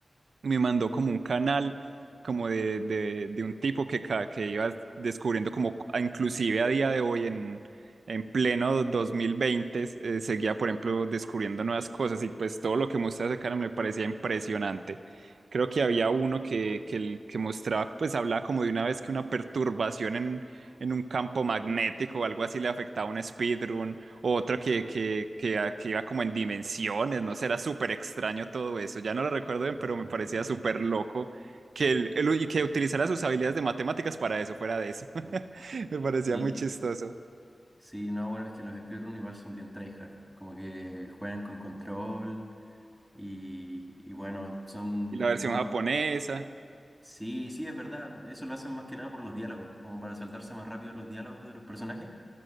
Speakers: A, on the right (about 80°); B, in the centre.
A: me mandó como un canal como de, de, de un tipo que, ca- que iba descubriendo como a- inclusive a día de hoy en, en pleno 2020 eh, seguía por ejemplo descubriendo nuevas cosas y pues todo lo que mostraba ese canal me parecía impresionante. Creo que había uno que, que, el- que mostraba, pues hablaba como de una vez que una perturbación en, en un campo magnético o algo así le afectaba a un speedrun. Otro que, que, que, que iba como en dimensiones, no sé, era súper extraño todo eso. Ya no lo recuerdo bien, pero me parecía súper loco que él, él- y que utilizara sus habilidades de matemáticas para eso, fuera de eso. <laughs>
B: Mm.
A: Me parecía
B: Sí,
A: muy chistoso.
B: sí, no, bueno, es que los speedrun igual son bien tryhard. Como que juegan con control y, y bueno, son muy...
A: Y la versión japonesa.
B: Sí, sí, es verdad. Eso lo hacen más que nada por los diálogos, como para saltarse más rápido los diálogos de los personajes.